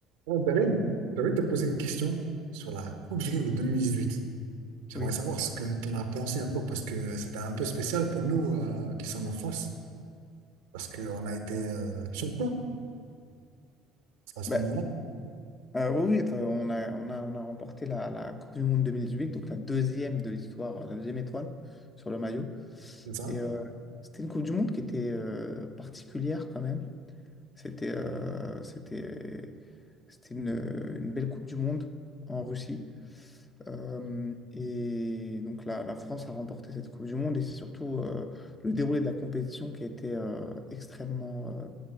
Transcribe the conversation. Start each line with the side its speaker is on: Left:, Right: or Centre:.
Right: Ah, Darim, j'avais te poser une question sur la Coupe du Monde de 2018. J'aimerais
Left: Oui.
Right: savoir ce que tu en as pensé un peu, parce que c'était un peu spécial pour nous euh, qui sommes en France, parce qu'on a été euh, champions à ce
Left: Ben,
Right: moment-là,
Left: euh, oui, oui, enfin, on a, on a, on a remporté la, la Coupe du Monde deux mille huit, donc la deuxième de l'histoire, euh, la deuxième étoile sur le maillot.
Right: c'est ça?
Left: Et euh, c'était une Coupe du Monde qui était euh, particulière quand même. C'était euh, c'était, c'était une, une belle Coupe du Monde en Russie. Euh, et donc la, la France a remporté cette Coupe du Monde et c'est surtout euh, le déroulé de la compétition qui a été euh, extrêmement euh,